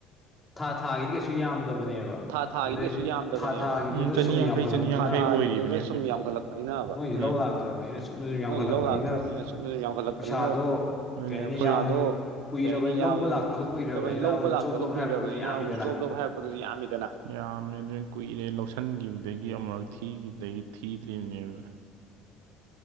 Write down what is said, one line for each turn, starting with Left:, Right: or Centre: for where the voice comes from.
Left: ꯊꯥ ꯊꯥꯒꯤꯗꯤ ꯀꯩꯁꯨ ꯌꯥꯝꯗꯕꯅꯦꯕ
Right: ꯊꯥ ꯊꯥꯒꯤꯗꯤ
Left: ꯑꯗꯨꯗꯩ
Right: ꯀꯩꯁꯨ ꯌꯥꯝꯗꯕꯅꯦꯕ
Left: ꯊꯥ ꯊꯥꯒꯤꯗꯨꯗ
Right: ꯎꯝ ꯆꯅꯤ
Left: ꯁꯨꯝ
Right: ꯌꯥꯡꯈꯩ
Left: ꯌꯥꯝꯈꯠꯂꯛꯄꯅꯤꯅꯕ
Right: ꯆꯅꯤ ꯌꯥꯡꯈꯩ <inaudible> ꯌꯥꯝꯈꯠꯂꯛ ꯄꯅꯤꯅꯕ
Left: ꯃꯣꯏꯗꯤ ꯂꯧ
Right: ꯎꯝ
Left: ꯂꯥꯛꯇ꯭ꯔꯕꯅꯤꯅ ꯁꯨꯝ ꯁꯨꯝ ꯌꯥꯝꯈꯠꯂꯛꯄꯅꯤꯅ
Right: ꯃꯣꯏꯁꯨ ꯂꯧ ꯂꯥꯛꯇ꯭ꯔꯕꯅꯤꯅ ꯁꯨꯝ ꯁꯨꯝ ꯌꯥꯝꯈꯠꯂꯛꯄꯅꯤꯅ
Left: ꯄꯩꯁꯥꯗꯣ
Right: ꯑꯗꯨꯅꯦ
Left: ꯀꯩ ꯍꯥꯏꯅꯤ
Right: ꯄꯩꯁꯥꯗꯣ
Left: ꯌꯥꯝ ꯀꯨꯏꯔꯕꯅꯤ
Right: ꯀꯩ ꯍꯥꯏꯅꯤ
Left: ꯂꯧꯕ
Right: ꯌꯥꯝ
Left: ꯂꯥꯛꯇꯕ ꯀꯨꯏꯔꯕꯅꯤꯅ
Right: <inaudible> ꯂꯧꯕ
Left: ꯑꯃꯨꯛ
Right: ꯂꯥꯛꯇꯕ
Left: ꯖꯣꯕ ꯖꯣꯕ
Right: ꯀꯨꯏꯔꯕꯅꯤꯅ
Left: ꯍꯥꯏꯔꯛꯄꯗꯨꯗꯤ ꯌꯥꯝꯃꯤꯗꯅ
Right: ꯑꯃꯨꯛ ꯖꯣꯕ ꯖꯣꯕ ꯍꯥꯏꯔꯛꯄꯗꯨꯗꯤ ꯌꯥꯝꯃꯤ ꯗꯨꯅ ꯌꯥꯝꯃꯦ ꯑꯗꯨ ꯀꯨꯏꯔꯦ ꯂꯧꯁꯤꯟꯈꯤꯕꯗꯒꯤ ꯑꯃꯨꯛꯔꯛ ꯊꯤꯈꯤꯕꯗꯒꯤ ꯊꯤꯗ꯭ꯔꯤꯕꯅꯦꯕ